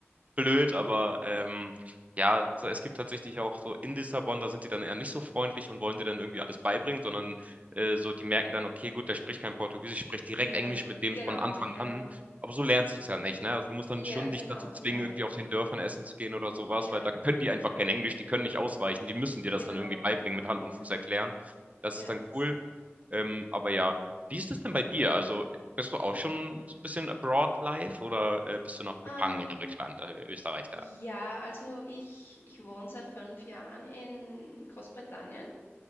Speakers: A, on the right; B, on the left.
A: blöd, aber ähm, ja, so, es gibt tatsächlich auch so in Lissabon, da sind die dann eher nicht so freundlich und wollen dir dann irgendwie alles beibringen, sondern äh, so, die merken dann, okay, gut, der spricht kein Portugiesisch, ich direkt
B: Yeah,
A: Englisch mit dem
B: genau,
A: von Anfang
B: yeah,
A: an. Aber so lernst du es ja nicht, ne? Also du musst dann
B: yeah,
A: schon
B: genau,
A: dich dazu zwingen,
B: nein,
A: irgendwie auf den Dörfern essen zu gehen oder sowas,
B: yeah,
A: weil da können die einfach kein Englisch, die können nicht ausweichen, die müssen dir das
B: genau,
A: dann irgendwie beibringen,
B: genau,
A: mit Hand
B: yeah,
A: und Fuß erklären. Das
B: yeah.
A: ist dann
B: Das,
A: cool. Ähm, aber ja, wie ist es denn bei dir? Also bist du
B: ich,
A: auch schon so ein bisschen abroad live oder äh, bist du noch gefangen
B: ähm,
A: in Deutschland, äh, Österreich da?
B: Ja, also ich, ich wohne seit fünf Jahren in Großbritannien.